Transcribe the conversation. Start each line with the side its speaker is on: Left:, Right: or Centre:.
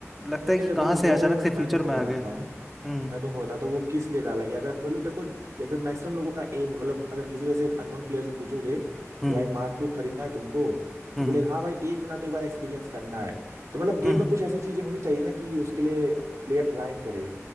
Centre: लगता
Right: नहीं
Centre: है
Right: नहीं
Centre: कि
Right: देखो
Centre: कहाँ
Right: वो
Centre: से अचानक से फ्यूचर
Right: मैं तुमको
Centre: में
Right: बताता
Centre: आ गए
Right: हूँ
Centre: हम्म
Right: मैं तुमको बताता हूँ वो किस लिए डाला गया अगर मतलब देखो जैसे मैक्सिमम लोगों का एम है मतलब अगर किसी वैसे अननोन प्लेयर से पूछोगे
Centre: हम्म
Right: कि भाई मार्क टू खरीदना है तुमको तो
Centre: हम्म
Right: बोलेगा हाँ भाई एक महीना तो एक बार एक्सपीरियंस करना है तो मतलब गेम
Centre: हम्म
Right: में कुछ ऐसी चीजें होनी चाहिए ना कि उसके लिए प्लेयर ग्राइंड करे